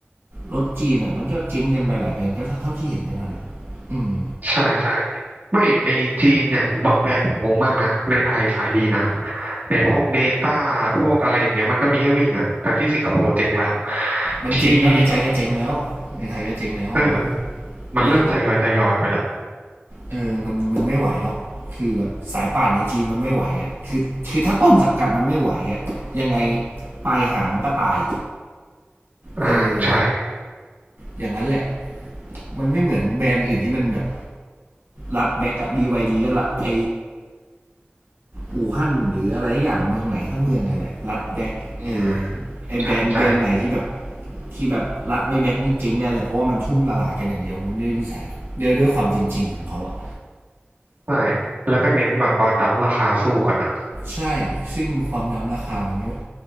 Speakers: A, on the right; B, on the right.
A: รถจีนอะมันก็เจ๊งกันไปหลายแบรนด์ก็เท่าที่เห็นกันนั่นแหละอืม
B: ใช่ใช่ไม่ไอจีนอย่างบางแบรนด์ผมงงมากนะในไทยขายดีนะในพวกเนต้าพวกอะไรอย่างเงี้ยมันก็มีให้วิ่งอะแต่ที่สิงคโปร์เจ๊งละ
A: มันเจ๊งแล้วในใจก็เจ๊งแล้วในไทยก็เจ๊งแล้วอันนั้นแหละ
B: ที่เออมันเริ่มทยอยทยอยไปละ
A: อุ้ย เออมันมันไม่ไหวหรอกคือแบบสายป่านในจีนมันไม่ไหวอ่ะคือคือถ้าต้นสังกัดมันไม่ไหวอ่ะยังไงปลายหางมันก็ตาย
B: อ่าใช่
A: เอออย่างนั้นแหละ มันไม่เหมือนแบรนด์อื่นที่มันแบบรัดแบ็กอะ BYD ก็ละไออู่ฮั่นหรืออะไรอย่างเมืองไหนทั้งเมืองไงแหละรัดแบ็กเออ
B: อ่า
A: ไอแบรนด์แบรนด์ไหนที่แบบ
B: ใช่ใช่
A: ที่แบบรัดไม่แบ็กนี่เจ๊งได้เลยเพราะว่ามันทุ่มตลาดกันอย่างเดียวด้วยนิสัยด้วยด้วยความจริงๆของเขาอะ
B: ใช่แล้วก็เน้นแบบว่าดั้มราคาสู้กันอะ
A: ใช่ ซึ่งความดำราคามันเยอะ